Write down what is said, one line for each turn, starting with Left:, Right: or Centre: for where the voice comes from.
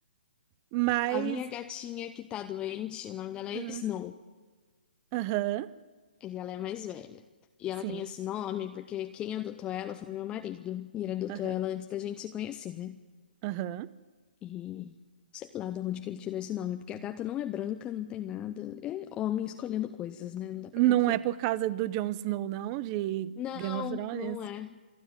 Right: Mas,
Left: A minha gatinha que tá doente, o nome dela é
Right: ah,
Left: Snow.
Right: aham,
Left: E ela é mais velha. E
Right: sim,
Left: ela tem esse nome porque quem adotou ela foi meu marido. E ele adotou
Right: aham,
Left: ela antes da gente se conhecer, né?
Right: aham.
Left: E sei lá de onde que ele tirou esse nome, porque a gata não é branca, não tem nada. É homem escolhendo coisas, né? Não dá pra
Right: Não
Left: confiar.
Right: é por causa do Jon Snow, não, de
Left: Não,
Right: Game of Thrones?
Left: não é.